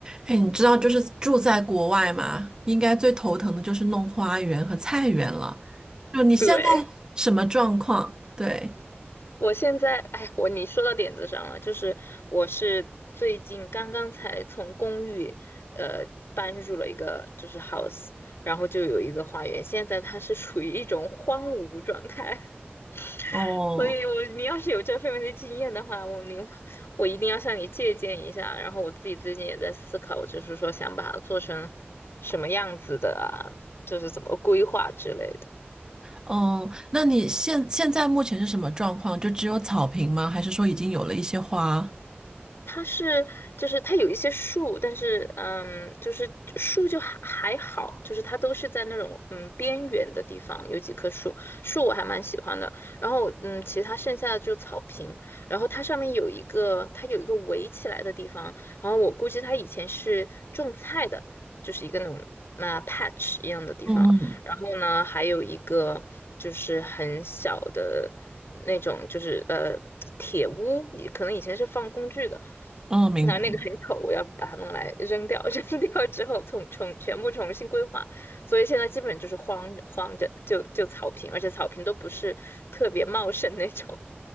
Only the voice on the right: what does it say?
哎，你知道就是住在国外嘛，应该最头疼的就是弄花园和菜园了。就你现在什么状况？
对，
哦，
哦，那你现现在目前是什么状况？就只有草坪吗？还是说已经有了一些花？
嗯嗯，
哦，明白。